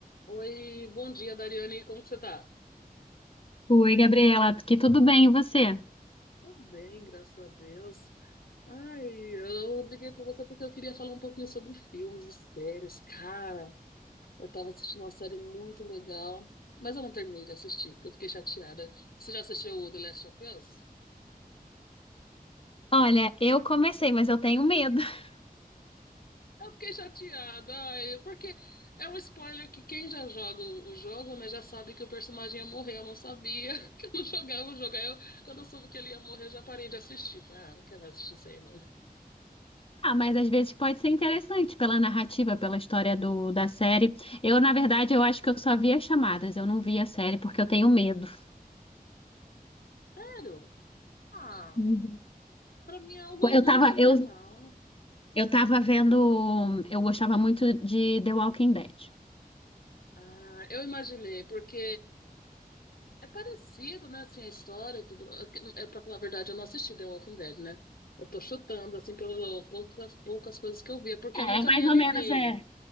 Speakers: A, on the left; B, on the left.
A: Oi, bom dia, Dariane. Como que você tá?
B: Oi, Gabriela, que tudo bem, e você?
A: Tô bem, graças a Deus. Ai, eu liguei pra você porque eu queria falar um pouquinho sobre filmes e séries. Cara, eu tava assistindo uma série muito legal, mas eu não terminei de assistir, porque eu fiquei chateada. Você já assistiu o The Last of Us?
B: Olha, eu comecei, mas eu tenho medo. <laughs>
A: Eu fiquei chateada, ai, porque é um spoiler que quem já joga o o jogo, né, já sabe que o personagem ia morrer. Eu não sabia <laughs> que eu não jogava o jogo. Aí eu, quando eu soube que ele ia morrer, eu já parei de assistir. Falei, ah, não quero mais assistir isso aí, não.
B: Ah, mas às vezes pode ser interessante pela narrativa, pela história do, da série. Eu, na verdade, eu acho que eu só vi as chamadas, eu não vi a série porque eu tenho medo.
A: Sério? Ah,
B: Uhum.
A: pra mim é algo
B: Eu tava,
A: meio surreal.
B: eu, eu tava vendo,
A: Hum.
B: eu gostava muito de The Walking Dead.
A: Ah, eu imaginei, porque é parecido, né, assim, a história, tudo. É, pra falar a verdade, eu não assisti The Walking Dead, né? Eu tô chutando, assim, pelas poucas, poucas coisas que eu via, porque
B: É,
A: eu nunca
B: mais
A: me animei.
B: ou menos, é.